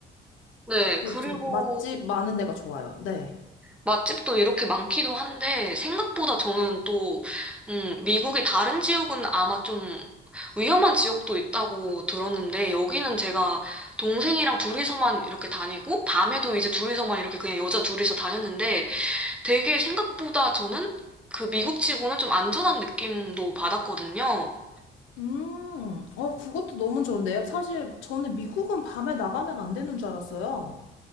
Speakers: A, in the centre; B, on the left.
A: 네,
B: 그
A: 그리고
B: 좀 맛집 많은 데가 좋아요. 네.
A: 맛집도 이렇게 많기도 한데, 생각보다 저는 또, 음, 미국의 다른 지역은 아마 좀 위험한 지역도 있다고 들었는데, 여기는 제가 동생이랑 둘이서만 이렇게 다니고, 밤에도 이제 둘이서만 이렇게 그냥 여자 둘이서 다녔는데, 되게 생각보다 저는 그 미국치고는 좀 안전한 느낌도 받았거든요.
B: 음, 어, 그것도 너무 좋은데요. 사실 저는 미국은 밤에 나가면 안 되는 줄 알았어요.